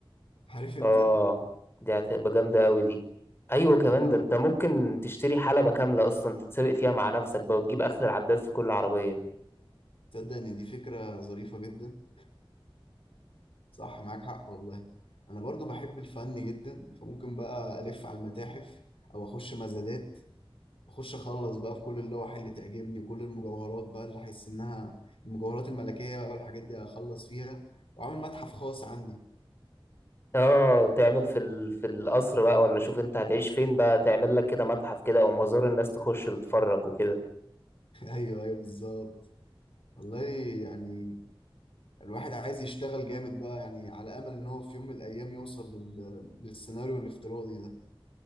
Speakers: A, on the left (about 70°); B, on the left (about 25°).
A: <laughs> عارف انت
B: اه دي هتبقى جامدة قوي دي ايوه كمان
A: وبرضه
B: ده انت ممكن تشتري حلبة كاملة اصلا تتسابق فيها مع نفسك بقى وتجيب اخر العداد في كل عربية
A: تصدق ان دي فكرة ظريفة جدا صح معاك حق والله انا برضو بحب الفن جدا فممكن بقى الف على المتاحف او اخش مزادات اخش اخلص بقى في كل اللوح اللي تعجبني وكل المجوهرات بقى اللي احس انها المجوهرات الملكية بقى والحاجات دي اخلص فيها واعمل متحف خاص عندي
B: اه تعمل في ال... في القصر بقى ولا شوف انت هتعيش فين بقى تعمل لك كده متحف كده او مزار الناس تخش تتفرج وكده
A: <laughs> ايوه ايوه بالظبط والله يعني الواحد عايز يشتغل جامد بقى يعني على امل ان هو في يوم من الايام يوصل لل... للسيناريو الافتراضي ده